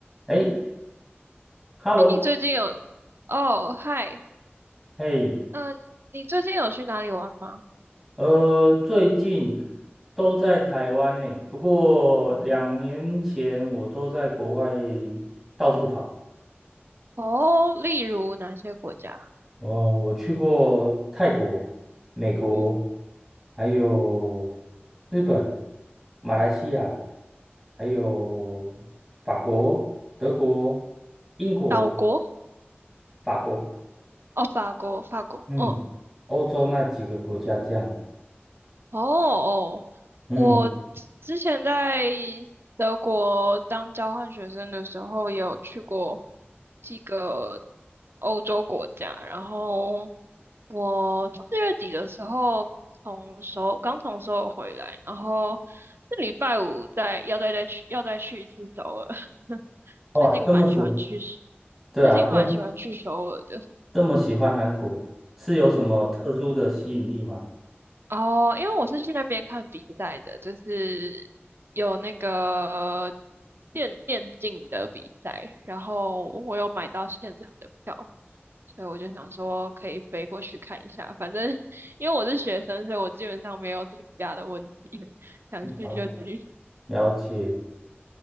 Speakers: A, in the centre; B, on the right (about 65°).
A: 哎，Hello，
B: 哎，你最近有哦，嗨，
A: 哎，
B: 嗯，你最近有去哪里玩吗？
A: 呃，最近都在台湾呢，不过两年前我都在国外到处跑。
B: 哦，例如哪些国家？
A: 哦，我去过泰国、美国，
B: 嗯，
A: 还有日本、马来西亚，还有法国、德国、英国、
B: 岛国
A: 法国，
B: 哦，法国，法国，
A: 嗯，
B: 哦
A: 欧洲那几个国家这样。
B: 哦哦，
A: 嗯，
B: 我之前在德国当交换学生的时候，有去过几个欧洲国家，然后我四月底的时候从首尔刚从首尔回来，然后这礼拜五再要再再去要再去一次首尔。<laughs>
A: 哇，
B: 最近蛮喜欢去
A: 这么喜欢，对啊，
B: 最近蛮喜欢去首尔的。
A: 这这么喜欢韩国，是有什么特殊的吸引力吗？
B: 哦，因为我是去那边看比赛的，就是有那个电电竞的比赛，然后我有买到现场的票。所以我就想说可以飞过去看一下，反正因为我是学生，所以我基本上没有请假的问题，想去就去。
A: 哦了解。